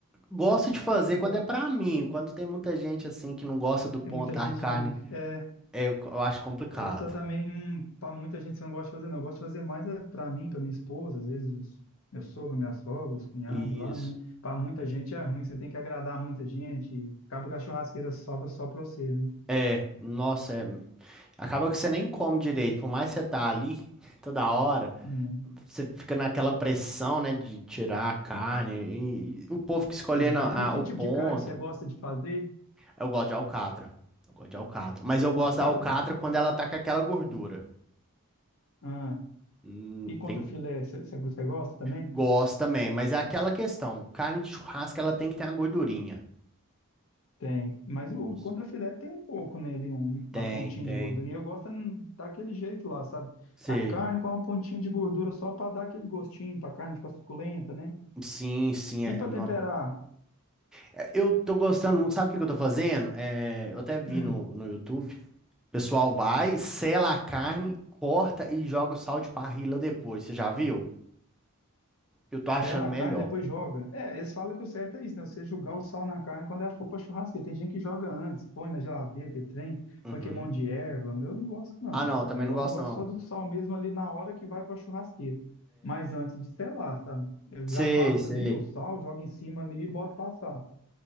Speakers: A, in the centre; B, on the left.
A: Gosto de fazer
B: Pô,
A: quando é pra mim. Quando tem muita gente assim que não gosta do ponto
B: é muita
A: da
B: gente.
A: carne,
B: não- É,
A: é, eu eu acho complicado.
B: é tá também. hum, Pra muita gente você não gosta de fazer, não. Eu gosto de fazer mais é pra mim, pra minha esposa, às vezes os, meu sogro, minha sogra, os cunhados
A: Isso.
B: lá. Mas pra muita gente é ruim, você tem que agradar muita gente. e Acaba que a churrasqueira sobra só pra você, né?
A: É, nossa, é- acaba que você nem come direito, por mais que você tá ali <laughs> toda hora.
B: Hum,
A: Você fica naquela pressão, né, de tirar a carne. E o povo que escolhendo
B: é.
A: a-
B: E que
A: o
B: tipo
A: ponto.
B: de carne você gosta de fazer?
A: Eu gosto de alcatra. Eu gosto de alcatra. Mas eu gosto
B: Alcatra?
A: da alcatra quando ela tá com aquela gordura.
B: Ah,
A: Hum,
B: e contra
A: tem...
B: filé, você, você você gosta também?
A: Gosto também, mas é aquela questão. Carne de churrasco, ela tem que ter uma gordurinha.
B: Tem, mas
A: Nossa.
B: o contrafilé tem um pouco nele, um- uma
A: Tem,
B: pontinha
A: tem.
B: de gordura. E eu gosto hum, daquele jeito lá, sabe?
A: Sei.
B: A carne com uma pontinha de gordura só para dar aquele gostinho, para a carne ficar suculenta, né?
A: Sim, sim,
B: E
A: é,
B: para
A: é- não
B: temperar?
A: é bom. É, Eu tô gostando muito. Sabe o que que eu tô fazendo? É, eu até vi
B: Hum.
A: no, no YouTube. O pessoal vai, sela a carne, corta e joga o sal de parrilla depois. Você já viu? Eu tô achando
B: Tela a
A: melhor.
B: carne, depois joga. É, eles falam que o certo é isso, né? Você jogar o sal na carne quando ela for pra churrasqueira. Tem gente que joga antes, põe na geladeira, que trem,
A: Uhum.
B: põe que é monte de erva. Meu, eu não gosto, não.
A: Ah, não,
B: O
A: também
B: negócio
A: não gosto
B: eu gosto
A: não.
B: só do sal mesmo ali na hora que vai pra churrasqueira. Mas antes de selar, sabe? Eu
A: Sei,
B: já passo
A: sei.
B: ali o sal, jogo em cima ali e boto passar.